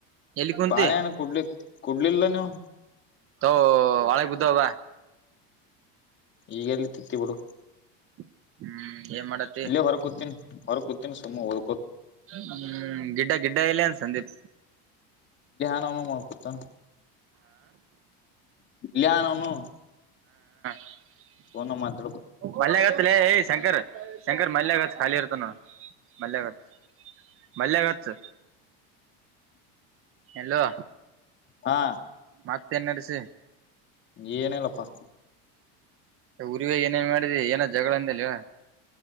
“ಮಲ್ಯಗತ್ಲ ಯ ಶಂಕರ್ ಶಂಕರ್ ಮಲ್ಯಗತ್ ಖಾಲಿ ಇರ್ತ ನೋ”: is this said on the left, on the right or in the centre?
Right